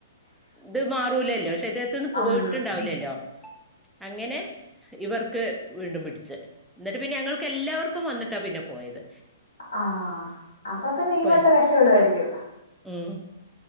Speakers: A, in the centre; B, on the left.
A: ഇത് മാറൂലല്ലോ ശരീരത്തിന്ന് പോയിട്ടുണ്ടാവില്ലല്ലോ
B: ഉം
A: അങ്ങനെ ഇവർക്ക് വീണ്ടും പിടിച്ച് എന്നിട്ട് പിന്നെ ഞങ്ങൾക്ക് എല്ലാവർക്കും വന്നിട്ടാ പിന്നെ പോയത്
B: ആഹ് അപ്പൊ പിന്നെ
A: ഇപ്പൊ
B: ഈ വട്ടം രക്ഷപ്പെടുവായിരിക്കും
A: ഉം